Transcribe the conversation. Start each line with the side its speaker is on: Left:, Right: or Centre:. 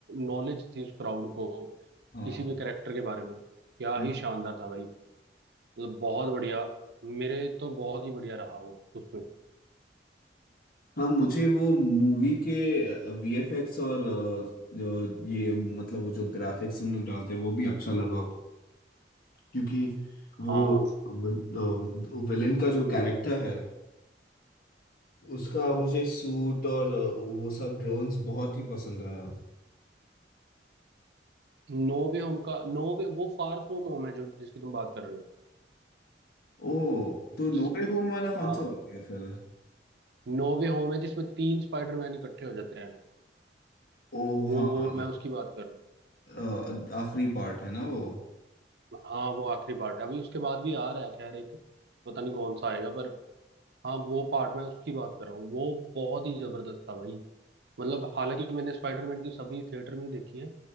Right: नॉलेज थी उस क्राउड को
Left: हाँ
Right: किसी भी करेक्टर के बारे में क्या
Left: हम्म।
Right: ही शानदार था भाई मतलब बहुत बढ़िया मेरे तो बहुत ही बढ़िया रहा वो उसमें
Left: हाँ मुझे वो मूवी के वीएफएक्स और अ, जो ये मतलब वो जो ग्राफिक्स उन लोग डालते हैं वो भी अच्छा लगा क्योंकि वो
Right: हाँ
Left: विलेन का जो कैरेक्टर है उसका मुझे सूट और अ, वो सब ड्रोन्स बहुत ही पसंद आया
Right: नो वे होम का नो वे वो फार फ्रॉम होम है जो जिसकी तुम बात कर रहे हो
Left: ओ तो
Right: जिसकी
Left: नोवे होम वाला कौन
Right: हाँ
Left: सा हो गया फिर
Right: नो वे होम है जिसमें तीन स्पाइडरमैन इकट्ठे हो जाते हैं
Left: ओ
Right: वो
Left: हाँ
Right: वो
Left: हाँ।
Right: मैं उसकी बात कर रहा हूँ
Left: अ, आखिरी पार्ट है ना वो
Right: हाँ वो आखिरी पार्ट है अभी उसके बाद भी आ रहा है खैर एक पता नहीं कौन सा आएगा पर हाँ वो पार्ट मैं उसकी बात कर रहा हूँ वो बहुत ही जबरदस्त था भाई मतलब हालांकि मैंने स्पाइडरमैन की सभी थिएटर में ही देखी है